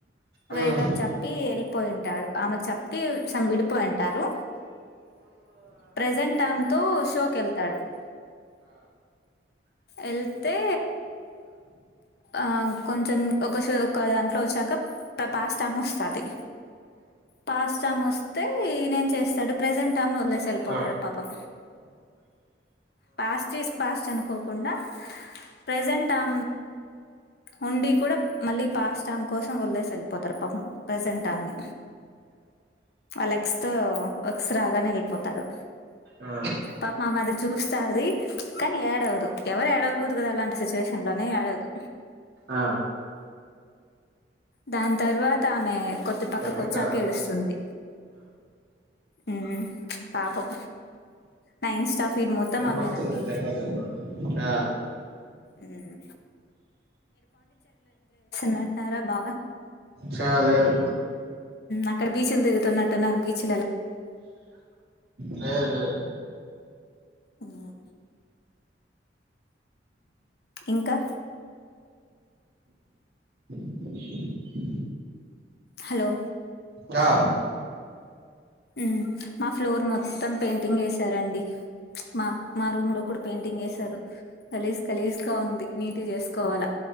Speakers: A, on the right; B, on the left.
A: ఆ
B: వే
A: ఆ ఆ ఆ ఆ
B: కప్ చప్పి ఎల్ పోయింటాడు ఆమె చెప్పి సమ్ విడిపోయింటారు ప్రెజెంట్ ఆమ తూ షో కెళ్తాడు ఎళ్తే ఆ కొంచెం ఒక షో ఒక దాంట్లో వచ్చాక త పాశ్తాము వస్తది పాశ్తామొస్ అయితే నేం చేస్తాడు ప్రెజెంట్ ఆమెను వదిలేసి వెళ్ళిపోతాడు
A: ఆ
B: పాపం పాస్ట్స్ పాస్ట్ అనుకోకుండా ప్రెజెంట్ ఆ ఉండి కూడా మళ్ళీ పాస్ట్ టామ్ కోసం వదసి వెళ్ళిపోతారు పాప ప్రసెంట్ టామ్ ని వాళ్ళ ఎక్స్ తో ఎక్స్ రాగానే వెళ్ళిపోతారు
A: ఆ
B: పాప మా మది వస్తుధి కానీ ఎడవదు ఎవరు ఎడ కదా అలాంటి సిచ్యువేషన్ లోనే ఎడవధు
A: ఆ ఆ
B: దాన్ తర్వాత ఆమె కొద్దిపక్కకి
A: ఇంకా
B: వచ్చాక ఏడుస్తుంది. ఉ పాపం నా ఇన్స్టాఫ్ <unintelligible> మొత్తం అవేనండి.
A: పడుతుంది దగ్గర దగ్గర ఆ
B: ఉమ్ నాట్నార బాగా
A: చా లేదు
B: అక్కడ బీచ్ లు తిరుగుతున్నట్టున్నారు బీచ్
A: లేదు లేదు
B: ఇంగా ఇంకా
A: <inaudible>
B: హలో
A: ఆ
B: ఉమ్ మా ఫ్లోర్ మొత్తం పెయింటింగ్ చేసి సరే అండి మా మా రూమ్ లో కూడా పెయింటింగ్ వసారు కలీసి కలీజగా ఉంది నీటి చేసుకోవాలా